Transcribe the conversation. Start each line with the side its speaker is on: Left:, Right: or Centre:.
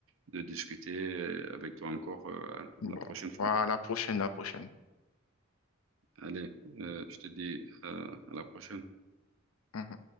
Right: de discuter euh, avec toi encore euh,
Left: Bon,
Right: la prochaine fois.
Left: voilà, la prochaine, la prochaine.
Right: Allez, euh, je te dis euh, à la prochaine.
Left: Mhm.